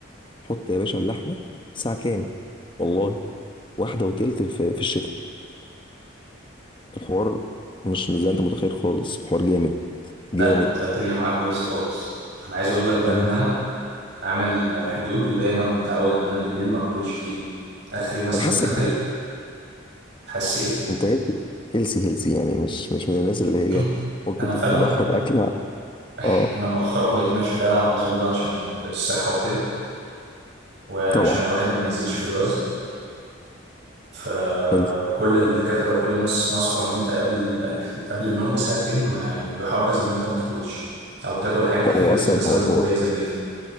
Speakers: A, on the left; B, on the right.
A: حط يا باشا اللحمه ساعه كام والله واحده وتلت في, في الشتاء الحوار مش مش زي انت متخيل خالص الحوار جامد
B: لا
A: جامد
B: ده انت الدنيا معاك بايظه خالص انا عايز اقول لك بقى
A: انا
B: ان انا هعمل حدود ودايما متعود ان انا بالليل ما باكلش كتير اخري مثلا
A: انا حاسك
B: اخري حاسس ايه
A: انت هيلثي هيلثي هيلثي يعني مش مش من الناس اللي هي
B: <clears throat>
A: ممكن
B: انا
A: تضحي
B: فعلا
A: باكل
B: <laughs>
A: ع- اه
B: انا مؤخرا بقيت ماشي فعلا على النظام ده عشان الصحه وكده وعشان
A: طبعا
B: الواحد ما يزيدش في الوزن فكل
A: حلو
B: الدكاترة وكل الناس نصحوا إن أنت قبل الأكل قبل النوم بساعتين ما يحبذ إن أنت ما تاكلش أو تاكل حاجة
A: طب
B: خفيفة
A: هو
B: زي
A: اصلا
B: مثلا
A: هو هو
B: كوباية زبادي